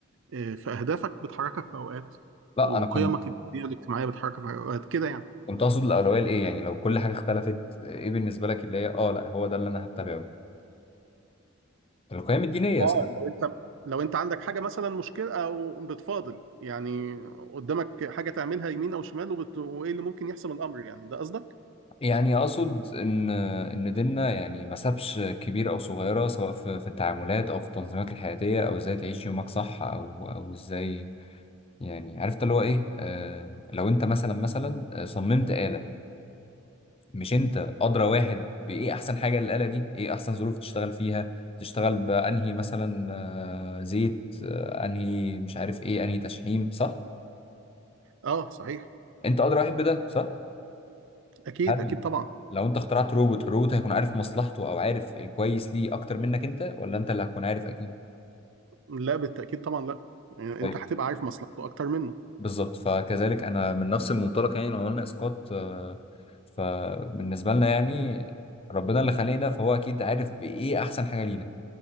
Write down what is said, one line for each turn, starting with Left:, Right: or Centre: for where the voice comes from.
Right: آه، فاهدافك بتحركك في اوقات
Left: لا
Right: وقيمك
Left: انا كنت
Right: الدينيه والاجتماعيه بتحركك في اوقات كده يعني
Left: كنت اقصد الاولوية لايه يعني لو كل حاجة اختلفت ايه بالنسبة لك اللي هي اه لا هو ده اللي انا هتبعه القيم الدينية
Right: اه
Left: صح
Right: لو انت لو انت عندك حاجه مثلا مشكله او بتفاضل يعني قدامك حاجه تعملها يمين او شمال وبت... وايه اللي ممكن يحسم الامر يعني ده قصدك
Left: يعني اقصد ان ان ديننا يعني ما سابش كبير او صغيره سواء في في التعاملات او في التنظيمات الحياتيه او ازاي تعيش يومك صح او او ازاي يعني عرفت اللي هو ايه آه لو انت مثلا مثلا آه، صممت آلة مش انت ادرى واحد بايه احسن حاجه للآلة دي ايه احسن ظروف تشتغل فيها تشتغل بانهي مثلا آه زيت آه انهي مش عارف ايه انهي تشحيم صح
Right: اه صحيح
Left: انت ادرى واحد بده صح
Right: اكيد
Left: هل
Right: اكيد طبعا
Left: لو انت اخترعت روبوت الروبوت هيكون عارف مصلحته او عارف الكويس ليه اكتر منك انت ولا انت اللي هتكون عارف اكيد
Right: لا بالتأكيد طبعا لا يعني
Left: طيب
Right: انت هتبقى عارف مصلحته اكتر منه
Left: بالظبط فكذلك انا من نفس المنطلق يعني لو قلنا اسقاط آه، فبالنسبه لنا يعني ربنا اللي خلقنا فهو اكيد عارف بايه احسن حاجه لينا